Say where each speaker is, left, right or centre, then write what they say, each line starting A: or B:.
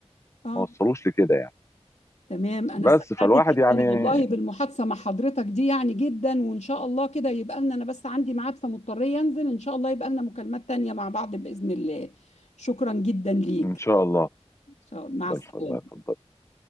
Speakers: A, on the left; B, on the left.
A: آه
B: ما وصلوش لكده يعني
A: تمام أنا
B: بس
A: استمتعت
B: فالواحد
A: جدا
B: يعني
A: والله بالمحادثة مع حضرتك دي يعني جدا وإن شاء الله كده يبقى لنا أنا بس عندي ميعاد فمضطرية أنزل إن شاء الله يبقى لنا مكالمات تانية مع بعض بإذن الله شكرا جدا ليك
B: ان شاء الله
A: إن شاء الله مع
B: بالف
A: السلامة
B: الله يفضل